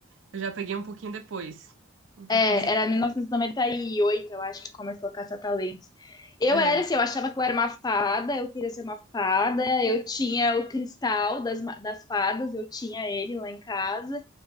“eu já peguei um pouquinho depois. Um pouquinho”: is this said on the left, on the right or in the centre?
Right